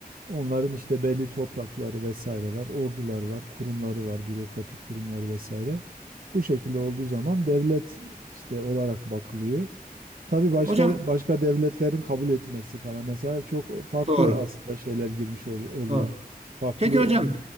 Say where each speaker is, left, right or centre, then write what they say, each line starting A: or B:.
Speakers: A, on the right; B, on the right.
A: Onların işte belli toprakları vesaire var, ordular var, kurumları var, bürokratik kurumları vesaire. Bu şekilde olduğu zaman devlet işte olarak bakılıyor. Tabii başka
B: Hocam
A: başka devletlerin kabul etmesi falan mesela çok farklı
B: doğru.
A: aslında şeyler girmiş ol- oluyor.
B: Doğru.
A: Farklı
B: Peki hocam